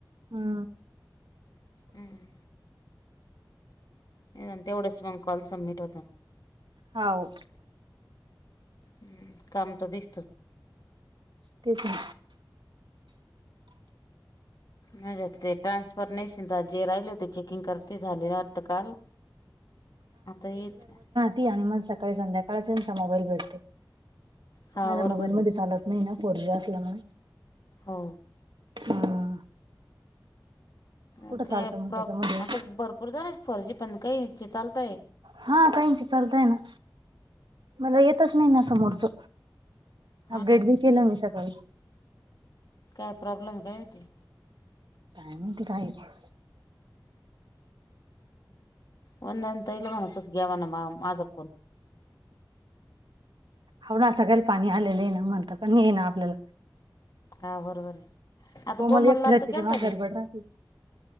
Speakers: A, on the right; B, on the left.
A: हा,
B: हम्म, नाही तेवढंच मग कॉल सबमिट होता ना.
A: हाव,
B: हम् काम तर दिसत.
A: तेच ना,
B: माजे ते ट्रान्सफॉर्मेशन जे राहिले त्यांची, किंग करते झालेले आता काल आता येतील,
A: ती मग सकाळी संध्याकाळचचा यांचा मोबाईल भेटतो
B: हा
A: माझ्या
B: बरोबर
A: मोबाईल मध्ये
B: आहे
A: चालत, नाही ना फोर जी असल्यामुळे,
B: हो,
A: हम्म कुठं
B: ओके
A: चालतं मग
B: प्रॉब्
A: त्याच्यामध्ये
B: आता भरपूर जणांचे फर्जी पण काहींचे चालता आहे.
A: हा काहींचे चालत आहे ना मला येतच नाही ना समोरचं,
B: हा
A: अपडेट
B: ना
A: बी केलं मी सकाळी.
B: काय प्रॉब्लेम आहे काय माहीती.
A: काय माहीती काय म,
B: वंदना ताईला म्हणा चत घ्या म्हणा माझा फोन,
A: हावना सगळ्याला पाणी आलेलं आहे ना म्हणत पण ये ना आपल्याला,
B: हा बरोबर आहे आता
A: कोमल
B: कोमलला
A: एकटी
B: आत्ता
A: राहते तीच्या
B: केलता
A: माग
B: मी
A: गडबड राहती.